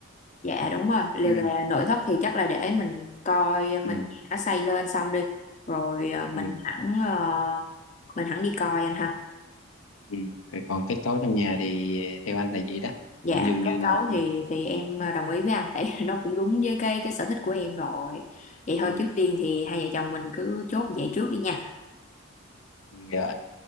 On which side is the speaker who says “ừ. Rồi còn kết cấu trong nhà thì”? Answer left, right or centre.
Left